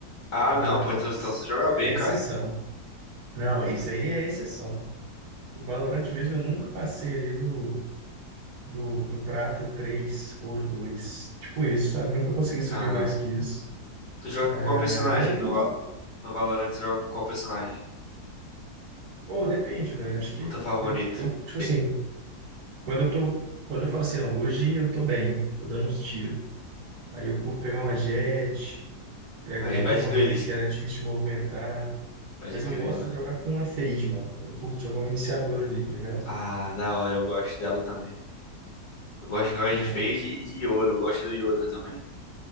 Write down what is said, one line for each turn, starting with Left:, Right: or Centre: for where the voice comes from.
Left: Ah,
Right: mas
Left: não, pô, então, então você joga bem,
Right: é
Left: cara.
Right: exceção. Não, isso aí é exceção. O Valorant mesmo eu nunca passei ali do, do, do prata 3 ouro dois Tipo isso, sabe? Nunca consegui subir
Left: Aham.
Right: mais que isso.
Left: Tu joga com qual
Right: É,
Left: personagem
Right: mas eu
Left: no,
Right: curto.
Left: Va- no, no Valorant? Tu joga com qual personagem?
Right: Ou depende, velho. Acho que
Left: O teu favorito?
Right: eu, eu, tipo
Left: Te-
Right: assim. Quando eu tô, quando eu falo assim, não, hoje eu tô bem, tô dando uns tiros. Aí eu curto pegar uma jet, pego
Left: Aí
Right: ali
Left: vai
Right: até uma
Left: de duelista.
Right: race que era difícil de movimentar,
Left: Pode
Right: mas
Left: crer,
Right: eu gosto
Left: mano.
Right: de jogar com uma fade, mano. Eu curto jogar um iniciador ali, tá ligado?
Left: Ah, da hora, eu gosto dela também. Eu gosto de jogar de
Right: É,
Left: Fade e de Yoro, eu gosto do Yoro também.